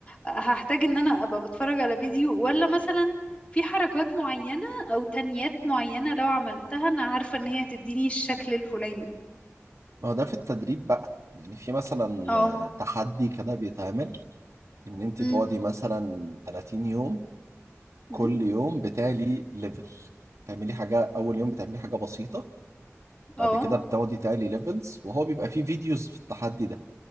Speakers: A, on the left; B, on the right.
A: هحتاج ان انا ابقى بتفرج على فيديو ولا مثلا في حركات معينة او تنيات معينة لو عملتها انا عارفة ان هي تديني الشكل الفلاني
B: ما هو ده في التدريب بقى يعني في مثلا
A: اه
B: آه، تحدي كده بيتعمل ان انت
A: امم
B: تقعدي مثلا 30 يوم كل
A: أمم.
B: يوم بتعلي ليفل تعملي حاجة أول يوم بتعملي حاجة بسيطة
A: اه
B: بعد كده بتقعدي تعلي ليفلز وهو بيبقى فيه فيديوز في التحدي ده